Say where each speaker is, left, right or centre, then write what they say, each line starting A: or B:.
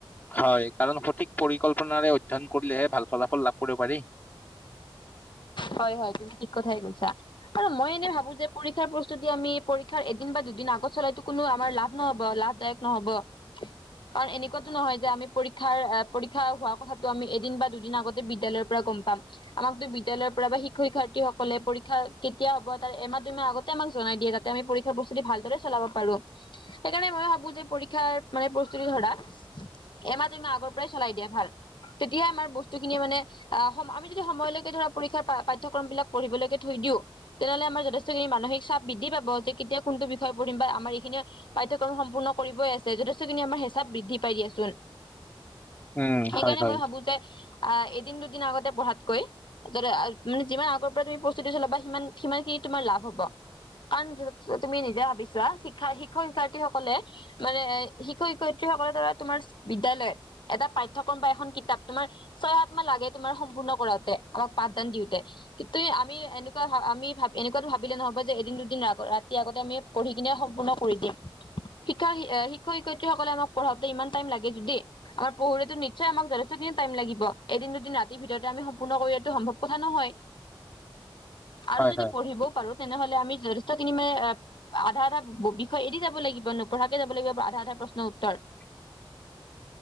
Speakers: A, on the left; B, on the left.
A: হয় কাৰণ সঠিক পৰিকল্পনাৰে অধ্যয়ন কৰিলেহে ভাল ফলাফল লাভ কৰিব পাৰি।
B: হয় হয় তুমি ঠিক কথাই কৈছা আৰু মই এনে ভাবো যে পৰীক্ষাৰ প্ৰস্তুতি আমি পৰীক্ষাৰ এদিন বা দুদিন আগত চলাইতো কোনো আমাৰ লাভ নহব, লাভদায়ক নহব। কাৰণ এনেকুৱাতো নহয় যে আমি পৰীক্ষাৰ আ পৰীক্ষা হোৱা কথাটো আমি এদিন বা দুদিন আগতে বিদ্যালয়ৰ পৰা গম পাম। আমাকতো বিদ্যালয় পৰা বা শিক্ষক - শিক্ষাৰ্থীসকলে পৰীক্ষা কেতিয়া হব তাৰ এমাহ, দুমাহ আগতে আমাক জনাই দিয়া যা দে আমি পৰীক্ষা প্ৰস্তুতি ভালদৰে চলাব পাৰো। সেইকাৰণে মই ভাবো যে পৰীক্ষাৰ মানে প্ৰস্তুতি ধৰা এমাহ, দুইমাহ আগৰ পৰাই চলাই দিয়া ভাল। তেতিয়া আমাৰ বস্তুখিনি মানে আ সম আমি যদি সময়লৈকে ধৰা পৰীক্ষা বা পাঠ্যক্ৰমবিলাক পঢ়িবলৈকে থৈ দিও তেনেহ'লে আমাৰ যথেষ্টখিনি মানসিক চাপ বৃদ্ধি পাব যে কেতিয়া কোনটো বিষয় পঢ়িম বা আমাৰ এইখিনে পাঠ্যক্ৰম সম্পূৰ্ণ কৰিবই আছে যথেষ্টখিনি আমাৰ হেঁচাপ বৃদ্ধি পাই দিয়াচোন।
A: <inaudible>
B: সেইকাৰণে
A: হয় হয়
B: মই ভাবো যে আহ এদিন- দুদিন আগতে পঢ়াতকৈ যদি আ মানে যিমান আগৰ পৰা তুমি প্ৰস্তুতি চলাবা সিমান সিমানখিনি তোমাৰ লাভ হ'ব। কাৰণ জ জ তুমি নিজে ভাবি চোৱা? শিক্ষা শিক্ষক - শিক্ষাৰ্থীসকলে মানে এই শিক্ষক - শিক্ষয়িত্ৰীসকলে ধৰা তোমাৰ বিদ্যালয়ত এটা পাঠ্যক্ৰম বা এখন কিতাপ, তোমাৰ ছয়, সাত মাহ লাগে তোমাৰ সম্পূৰ্ণ কৰাতে আমাক পাঠদান দিওঁ তে কিন্তু এই আমি এনেকুৱা ভা আমি ভাবি এনেকুৱাতো ভাবিলে নহব যে এদিন - দুদিন আগ ৰাতি আগতে আমি পঢ়ি কিনে সম্পূৰ্ণ কৰি দিম শিক্ষা শিক্ষক শিক্ষয়িত্ৰীসকলে আমাক পঢ়াওঁতে ইমান টাইম লাগে যদিই আমাৰ পহৰাতো নিশ্চয় আমাক যথেষ্ট দিন টাইম লাগিবদ দুদিন ৰাতি ভিততে আমি সম্পূৰ্ণ কৰিটো সম্ভৱ নহয়
A: হয়
B: আৰু যদি
A: হয়
B: পঢ়িবও পাৰো তেনেহলে আমি যথেষ্টখিনি মানে আধা আধা বিষয় এৰি যাব লাগিব নপঢ়াকে যাব লাগিব আধা আধা প্ৰশ্নৰ উত্তৰ।
A: <inaudible>